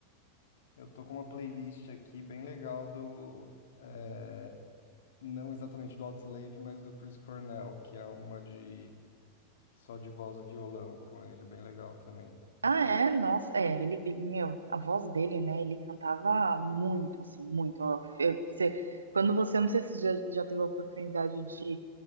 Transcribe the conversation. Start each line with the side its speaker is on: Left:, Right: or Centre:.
Left: eu tô com uma playlist aqui bem legal do eh, não exatamente do Audioslave, mas do Chris Cornell, que é uma de só de voz e violão com ele, bem legal também.
Right: Ah, é? Nossa, é, ele, ele- meu, a voz dele, né, ele cantava muito, assim, muito, ó, eu- você, quando você, não sei se já, já teve a oportunidade de